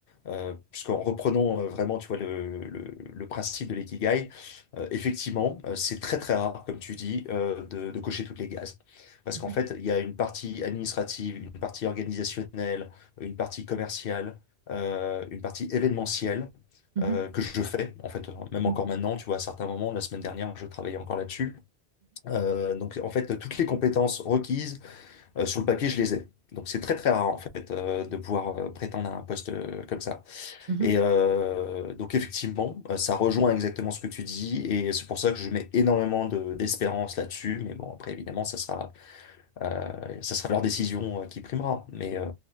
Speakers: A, on the left; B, on the right.
A: euh, puisqu'en reprenant euh, vraiment, tu vois, le, le, le principe de l'ikigai, euh, effectivement, euh, c'est très très rare, comme tu dis, euh, de, de cocher toutes les cases. Parce
B: Mhm,
A: qu'en fait, il y a une partie administrative, une partie organisationnelle, une partie commerciale euh, une partie événementielle
B: mhm,
A: euh, que je fais, en fait,
B: mhm,
A: même encore maintenant, tu vois, à certains moments, la semaine dernière, je travaillais encore là-dessus. Euh, donc, en fait, toutes les compétences requises euh, sur le papier, je les ai. Donc, c'est très, très rare, en fait, euh, de pouvoir euh, prétendre à un poste euh, comme ça.
B: mhm,
A: Et
B: mhm.
A: euh, donc, effectivement, euh, ça rejoint exactement ce que tu dis, et c'est pour ça que je mets énormément de- d'espérance là-dessus. Mais bon, après, évidemment, ça sera, euh, ça sera leur décision euh, qui primera. Mais, euh,